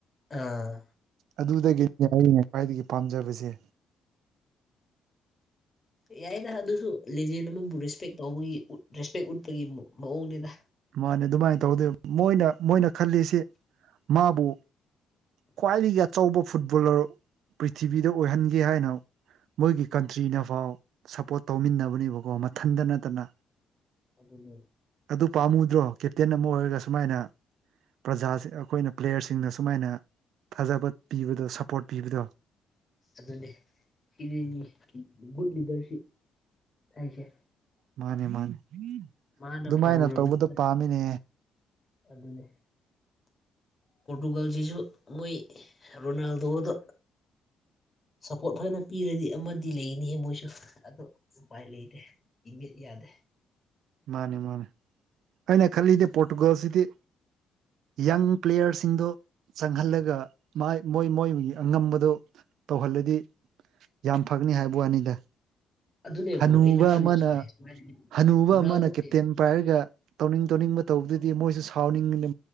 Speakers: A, on the left (about 30°); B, on the right (about 80°).
A: ꯑꯥꯑ
B: ꯑꯗꯨꯗꯒꯤꯅꯤ ꯑꯩꯅ ꯈ꯭ꯋꯥꯏꯗꯒꯤ ꯄꯥꯝꯖꯕꯖꯦ
A: ꯌꯥꯔꯦꯗ ꯑꯗꯨꯖꯨ ꯂꯤꯖꯦꯟ ꯑꯃꯕꯨ ꯔꯦꯁꯄꯦꯛ ꯇꯧꯕꯒꯤ ꯔꯦꯁꯄꯦꯛ ꯎꯠꯄꯒꯤ ꯃꯥ ꯃꯑꯣꯡꯅꯤꯗ
B: ꯃꯥꯅꯦ ꯑꯗꯨꯃꯥꯏ ꯇꯧꯔꯗꯤ ꯃꯣꯏꯅ ꯃꯣꯏꯅ ꯈꯜꯂꯤꯁꯤ ꯃꯥꯕꯨ ꯈ꯭ꯋꯥꯏꯗꯒꯤ ꯑꯆꯧꯕ ꯐꯨꯠꯕꯣꯂꯔ ꯄ꯭ꯔꯤꯊꯤꯕꯤꯗ ꯑꯣꯏꯍꯟꯒꯦ ꯍꯥꯏꯅ ꯃꯣꯏꯒꯤ ꯀꯟꯇ꯭ꯔꯤꯅꯐꯥꯎ ꯁꯄꯣꯔꯠ ꯇꯧꯃꯤꯟꯅꯕꯅꯦꯕꯀꯣ ꯃꯊꯟꯇ ꯅꯠꯇꯅ
A: ꯑꯗꯨꯅꯤ
B: ꯑꯗꯨ ꯄꯥꯝꯃꯨꯗ꯭ꯔꯣ ꯀꯦꯞꯇꯦꯟ ꯑꯃ ꯑꯣꯏꯔꯒ ꯁꯨꯃꯥꯏꯅ ꯄ꯭ꯔꯖꯥꯁꯦ ꯑꯩꯈꯣꯏꯅ ꯄ꯭ꯂꯦꯌꯔꯁꯤꯡꯅ ꯁꯨꯃꯥꯏꯅ ꯊꯥꯖꯕ ꯄꯤꯕꯗꯣ ꯁꯄꯣꯔꯠ ꯄꯤꯕꯗꯣ
A: ꯑꯗꯨꯅꯦ ꯁꯤꯗꯅꯤ ꯒꯨꯗ ꯂꯤꯗꯔꯁꯤꯞ ꯍꯥꯏꯁꯦ
B: ꯃꯥꯅꯦ ꯃꯥꯅꯦ
A: ꯃꯥꯅ
B: ꯑꯗꯨꯃꯥꯏꯅ
A: ꯐꯔꯨꯔꯕꯅꯤ
B: ꯇꯧꯕꯗꯣ ꯄꯥꯝꯃꯤꯅꯦ
A: ꯑꯗꯨꯅꯦ ꯄꯣꯔꯇꯨꯒꯥꯜꯖꯤꯖꯨ ꯃꯣꯏ ꯔꯣꯅꯥꯜꯗꯣꯗꯣ ꯁꯄꯣꯔꯠ ꯐꯖꯅ ꯄꯤꯔꯗꯤ ꯑꯃꯗꯤ ꯂꯩꯅꯤꯍꯦ ꯃꯣꯏꯖꯨ ꯑꯗꯨ ꯎꯄꯥꯏ ꯂꯩꯇꯦ UNINTELLIGIBLE
B: ꯃꯥꯟꯅꯦ ꯃꯥꯟꯅꯦ ꯑꯩꯅ ꯈꯜꯂꯤꯗꯤ ꯄꯣꯔꯇꯨꯒꯜꯁꯤꯗꯤ ꯌꯪ ꯄ꯭ꯂꯦꯌꯔꯁꯤꯡꯗꯣ ꯆꯪꯍꯜꯂꯒ ꯃꯥꯏ ꯃꯣꯏ ꯃꯣꯏꯒꯤ ꯑꯉꯝꯕꯗꯨ ꯇꯧꯍꯜꯂꯗꯤ ꯌꯥꯝ ꯐꯒꯅꯤ ꯍꯥꯏꯕ ꯋꯥꯅꯤꯗ
A: ꯑꯗꯨꯅꯦ
B: ꯍꯅꯨꯕ
A: ꯕ꯭ꯔꯣ ꯑꯩꯅ ꯈꯜꯂꯤꯁꯤꯅꯦ
B: ꯑꯃꯅ
A: ꯁꯨꯃꯥꯏꯅ
B: ꯍꯅꯨꯕ
A: ꯔꯣꯅꯥꯜꯗꯣꯁꯦ
B: ꯑꯃꯅ ꯀꯦꯞꯇꯦꯟ ꯄꯥꯏꯔꯒ ꯇꯧꯅꯤꯡ ꯇꯧꯅꯤꯡꯕ ꯇꯧꯕꯗꯨꯗꯤ ꯃꯣꯏꯁꯨ ꯁꯥꯎꯅꯤꯡꯒꯅꯤ